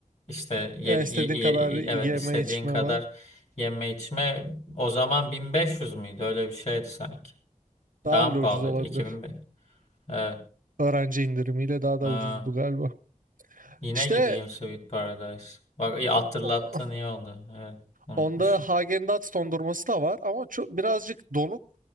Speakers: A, on the left; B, on the right.
A: işte ye-
B: Ya istediğin
A: ye-
B: kadar
A: ye-
B: yeme
A: evet istediğin
B: içme
A: kadar
B: var.
A: yeme içme. O zaman 1500 müydü? Öyle bir şeydi sanki.
B: Daha
A: Daha
B: bile
A: mı pahalıydı?
B: ucuz olabilir.
A: 2005. Evet.
B: Öğrenci indirimiyle daha da
A: Aa,
B: ucuzdu galiba.
A: yine
B: İşte
A: gideyim Sweet Paradise. Bak iyi hatırlattın
B: o
A: iyi oldu. Evet, unutmuşum.
B: Onda Häagen-Dazs dondurması da var ama çok birazcık donuk.